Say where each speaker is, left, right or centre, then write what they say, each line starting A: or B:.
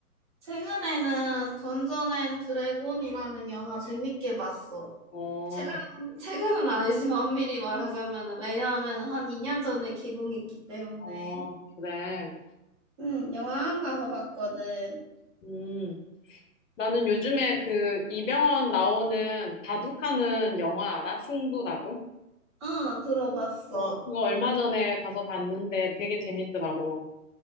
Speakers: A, on the right; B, on the left.
A: 최근에는 던전 앤 드래곤이라는 영화 재밌게 봤어.
B: 어,
A: 최근, 최근은 아니지만 엄밀히 말하자면은, 왜냐하면은 한 2년 전에 개봉했기 때문에.
B: 어, 그래.
A: 응, 영화관 가서 봤거든.
B: 음. 나는 요즘에 그 이병헌 나오는 바둑하는 영화 알아? 승부라고?
A: 어, 들어봤어.
B: 어, 그거 얼마 전에 가서 봤는데 되게 재밌더라고.